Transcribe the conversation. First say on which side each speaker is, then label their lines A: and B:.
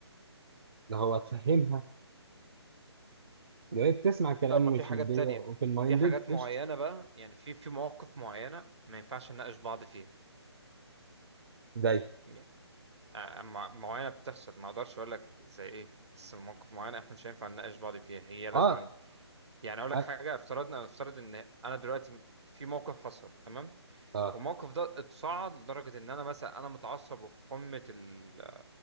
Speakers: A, on the right (about 60°); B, on the right (about 75°).
A: اللي هو تفهمها بقيت تسمع كلام
B: لا ما
A: مش
B: في حاجات
A: مدي
B: تانية
A: اوبن مايندد
B: في حاجات
A: قشطه
B: معينة بقى يعني في في مواقف معينة ما ينفعش نناقش بعض فيها
A: زي
B: يعني آه، أما معينة بتحصل ما اقدرش اقول لك زي ايه بس مواقف معينة احنا مش هينفع نناقش بعض فيها هي لازما
A: اه
B: يعني اقول لك
A: اه
B: حاجة افترضنا افترض ان انا دلوقتي في موقف حصل تمام
A: آه،
B: والموقف ده اتصاعد لدرجة ان انا مثلا انا متعصب وفي قمة ال ال-